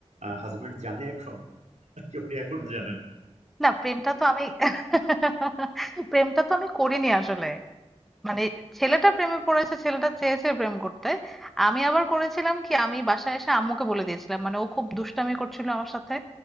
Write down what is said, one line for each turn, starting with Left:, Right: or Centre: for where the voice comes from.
Right: হাজবেন্ড জানে এখন নাকি উনি এখনো জানেন
Centre: না প্রেমটা তো আমি <laughs> প্রেমটা তো আমি করিনি আসলে মানে ছেলেটা প্রেমে পড়েছে ছেলেটা চেয়েছে প্রেম করতে আমি আবার করেছিলাম কি আমি বাসায় এসে আম্মুকে বলে দিয়েছিলাম মানে ও খুব দুষ্টামি করছিল আমার সাথে